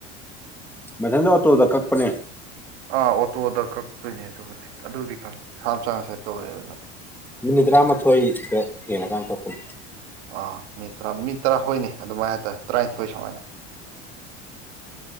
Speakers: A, in the centre; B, on the right.
A: ꯃꯊꯗ ꯑꫭꯇꫭꯗ ꯀꯛꯄꯅꯦ
B: ꯑꯥ ꯑꯣꯇꯣꯗ ꯀꯛꯇꯣꯏꯅꯦ ꯑꯗꯨꯕꯨꯗꯤ ꯑꯗꯨꯗꯤ ꯈꯪꯅꯤꯦ ꯁꯥ ꯆꯥꯡ ꯉꯁꯥꯏꯗ ꯇꯧꯔꯦ ꯑꯗꯨꯗ
A: ꯃꯤꯅꯤꯠ ꯇꯔꯥꯃꯥꯊꯣꯏꯗ ꯈꯤꯇꯪ ꯂꯩꯦꯂꯀꯥꯟꯗ ꯀꯛꯄꯅꯤ
B: ꯑꯥ ꯃꯤ ꯇꯔꯥ ꯃꯤ ꯇꯔꯥꯍꯣꯏꯅꯤ ꯑꯗꯨꯃꯥꯏꯅ ꯍꯥꯏꯇꯥꯔꯦ ꯇꯔꯥꯅꯤꯊꯣꯏ ꯁꯨꯃꯥꯏꯅ